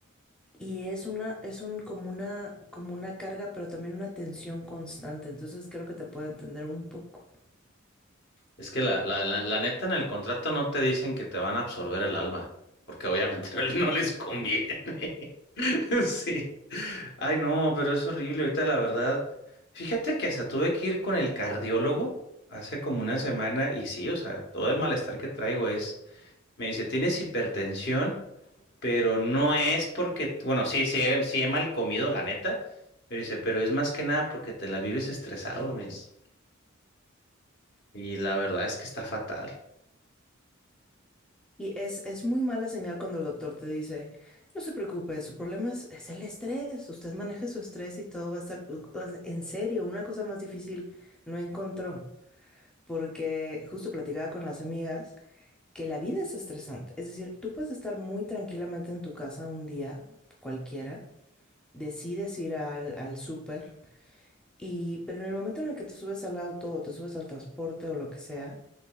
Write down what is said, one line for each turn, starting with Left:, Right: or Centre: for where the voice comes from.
Centre: Y es una, es un, como una, como una carga, pero también una tensión constante. Entonces creo que te puede entender un poco.
Left: Es que la, la, la, la neta en el contrato no te dicen que te van a absorber el alma, porque obviamente <laughs> no, le- no les conviene. <laughs> Sí. Ay, no, pero es horrible. Ahorita la verdad, fíjate que hasta tuve que ir con el cardiólogo hace como una semana y sí, o sea, todo el malestar que traigo es, me dice, tienes hipertensión, pero no es porque, bueno, sí, sí, he- sí he mal comido, la neta, pero dice, pero es más que nada porque te la vives estresado, me dice. Y la verdad es que está fatal.
Centre: Y es, es muy mala señal cuando el doctor te dice, no se preocupe, su problema es, es el estrés. Usted maneje su estrés y todo va a estar, en serio, una cosa más difícil no encontró. porque justo platicaba con las amigas que la vida es estresante. Es decir, tú puedes estar muy tranquilamente en tu casa un día, cualquiera, decides ir al, al súper, y, pero en el momento en el que te subes al auto o te subes al transporte o lo que sea,